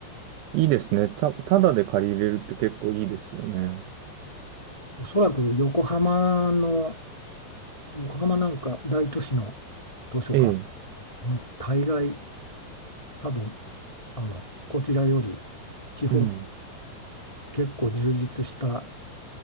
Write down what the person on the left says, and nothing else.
おそらく横浜の、横浜なんか大都市の図書館、
もう大概多分、あの、こちらより地方
結構充実した